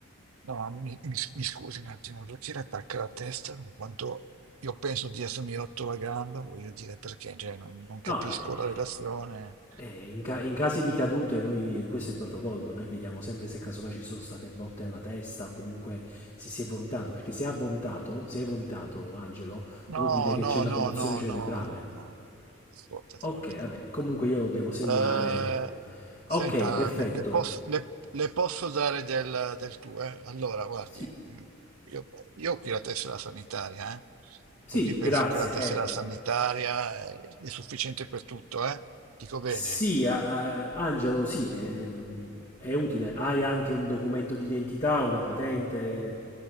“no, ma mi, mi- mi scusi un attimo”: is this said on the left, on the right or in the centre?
Right